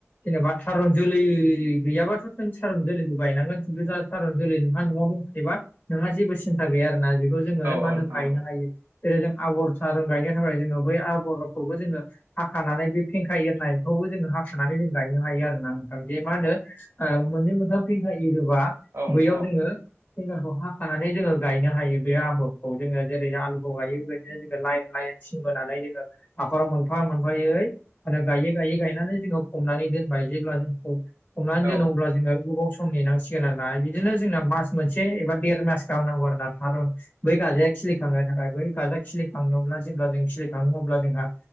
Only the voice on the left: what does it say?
जेनेबा थारुन जोलै गैयाबाथ' नों थारुन जोलैखौ गायनांगोन <unintelligible> जाथार जोलै नोंहा न'आव दंखायोबा नोंहा जेबो सिन्था गैया आरोना बेखौ जोङो
मा
होनो
गायनो
हायो जेरै जों आबर थारुन गायनो थाखाय जोङो बै आबरखौबो जोङो हाखानानै बे फेंखाय एरनाय बेखौबो जोङो हाखानानै जों गायनो हायो आरो ना जे मा होनो मोननै मोनथाम फैखायै होबा
बैयाव
जोङो जगारखौ हाखानानै जोङो गायनो हायो बे आबादखौ जोङो जेरै आलुखौ गायो बेबायदि दिनो जोङो लाइन लाइन थिं बोनानै जोङो हाखराव मोनफा मोनफायै आरो गायै गायै गायनानै जोङो फबनानै दोनबाय जेब्ला जों फब हमनानै
दोनांग अब्ला जोङो गोबाव सम नेनांसिगोन आरोना बिदिनो जोंना मास मोनसे एबा देर मास दांनांगौ आरोना थारुन बै गाजाया खिलिखांनो थाखाय बै गाजा खिलिखांनोब्ला जेब्ला जों खिलिखाङो अब्ला जोंहा